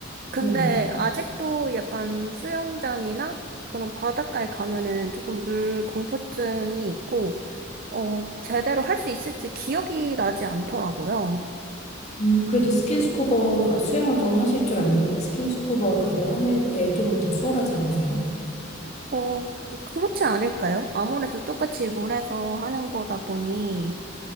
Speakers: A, on the right (about 45°); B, on the left (about 35°).
A: 근데
B: 네.
A: 아직도 약간 수영장이나 그런 바닷가에 가면은 조금 물 공포증이 있고, 어, 제대로 할 수 있을지 기억이 나지 않더라고요.
B: 음, 그래도 스킨스쿠버, 그러니까 수영을 조금 하실 줄 알면은 스킨스쿠버 그거 하실 때 조금 더 수월하지 않으세요?
A: 어, 그렇지 않을까요? 아무래도 똑같이 물에서 하는 거다 보니,